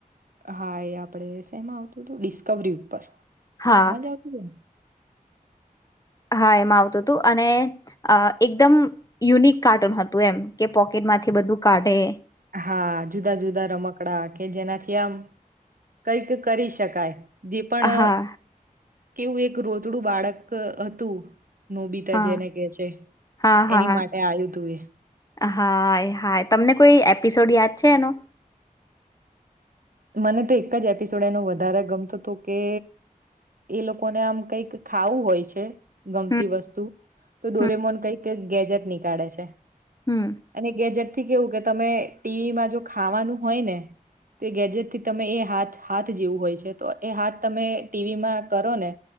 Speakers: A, on the right; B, on the left.
A: હા એ આપણે એમાં આવતું હતું ડિસ્કવરી ઉપર
B: હા
A: એમાં જ આવતું હતું?
B: હા એમા આવતું હતું, અને અ એકદમ યુનિક કાર્ટૂન હતું એમ કે પોકેટ માંથી બધું કાઢે
A: હા જુદા જુદા રમકડા કે જેનાથી આમ કઈક કરી શકાય, જે પણ અ
B: હા
A: કેવું એક રોતડું બાળક હતું નોબિતા
B: હા
A: જેને કે છે
B: હા હા
A: એની માટે આવ્યું તું એ
B: હા હા તમને કોઈ એપિસોડ યાદ છે એનો
A: એ મને તો એક જ એપિસોડ એનું વધારે ગમતું હતું કે એ લોકોને આમ કઈક ખાવું હોય છે. ગમતી
B: હમ
A: વસ્તુ, તો ડોરેમોન
B: હમ
A: કઈક ગેજેટ નીકાળે છે.
B: હમ
A: અને ગેજેટ થી કેવું કે તમે ટીવીમાં જો ખાવાનું હોય ને, તો એ ગેજેટ થી તમે એ હાથ હાથ જેવું હોય છે તો એ હાથ તમે ટીવીમાં કરો ને